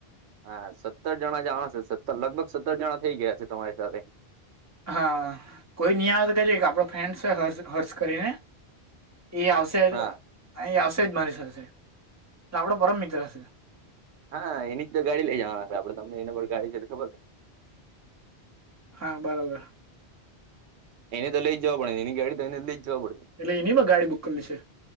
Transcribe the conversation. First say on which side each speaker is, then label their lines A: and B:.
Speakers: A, on the right; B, on the right.
A: હા સત્તર જણા જવાના સત્તર લગભગ સત્તર જણા થઇ ગયા છે, તમારી સાથે
B: હા કોઈ નહી આવે તો કેજ આપડો ફ્રેન્ડ છે, હર્ હર્ષ કરીને એ આવશે
A: હા
B: અહીં આવશે જ મારી શશે આપડો પરમ મિત્ર હશે
A: હા એની જ તો ગાડી લઈ જવાના છે આપડે તમને એના પર ગાડી છે તો ખબર છે.
B: હા, બરાબર
A: એને તો લઈ જવા પડે, એની ગાડી તો એને લઈ જવા પ
B: એટલે એની પણ ગાડી બુક કરેલી છે